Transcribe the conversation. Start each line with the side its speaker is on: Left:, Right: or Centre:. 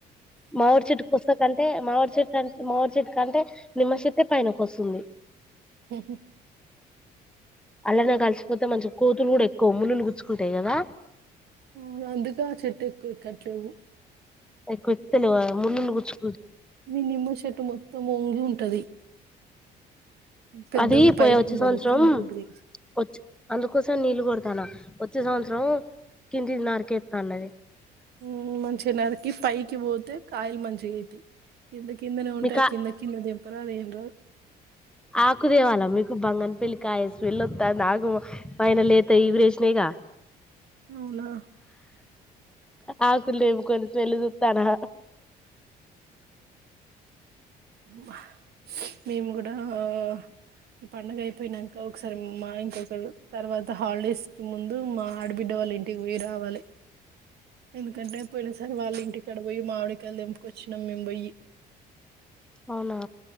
Centre: మామిడి చెట్టు కొస్స కంటే మామిరి చెట్టు అంటే మామిరి చెట్టు కంటే నిమ్మ చెట్టే పైనకి వస్తుంది
Right: ఊహూ
Centre: అల్లనే కలిసిపోతే మంచి కోతులు కూడా ఎక్కువ ముల్లు గుచ్చుకుంటాయి కదా
Right: <inaudible> అందుకా ఆ చెట్టెక్కువ కట్టలేము
Centre: ఎక్కువ ఎత్తలేవా ముల్లులు గుచ్చు
Right: మీ నిమ్మ చెట్టు మొత్తం వంగి ఉంటది పెద్దగా
Centre: అది పోయా
Right: పైకి
Centre: వచ్చే
Right: ఉండదు
Centre: సంవత్సరం
Right: కిందికి ఉంటది
Centre: వచ్ అందుకు కోసం నీళ్ళు కొడతాన్నా వచ్చే సంవత్సరం కిందిది నరికేత్తా అన్నది
Right: ఊ మంచిగా నరికి పైకి పోతే కాయలు మంచిగి తి కింద కిందనే ఉంటా
Centre: మీకు
Right: ఆ కింద కింద తెంపరాదు ఏం రాదు
Centre: ఆకుదేవాలా మీకు బంగనపల్లి కాయ స్మెల్ వత్తాంది నాకు పైన లేత ఇగురేసినాయిగా
Right: అవునా
Centre: ఆకులు తెంపుకోని స్మెల్లు జూత్తానా
Right: ఊహూ మేము కూడా ఆ ఈ పండుగ అయిపోయినంక ఒకసారి మా ఆయనకొకళ్ళు తర్వాత హాలిడేస్ కి ముందు మా ఆడబిడ్డ వాళ్ళ ఇంటికి పోయి రావాలి ఎందుకంటే పోయిన సారి వాళ్ళ ఇంటి కాడ పొయ్యి మామిడికాయలు తెంపు కొచ్చినాం మేం బొయ్యి
Centre: అవునా